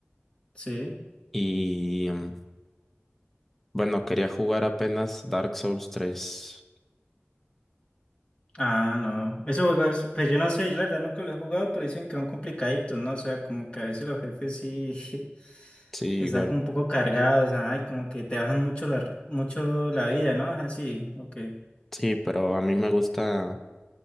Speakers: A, on the left; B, in the centre.
A: Sí.
B: y em, bueno, quería jugar apenas Dark Souls tres
A: Ah, no. Esos juegos, pues yo no sé, yo la verdad nunca lo he jugado, pero dicen que son complicaditos, ¿no? O sea, como que a veces los jefes sí <laughs>
B: Sí,
A: están
B: igual.
A: como un poco cargados, ay, como que te bajan mucho la, mucho la vida, ¿no? Así, ok.
B: Sí, pero a mí me gusta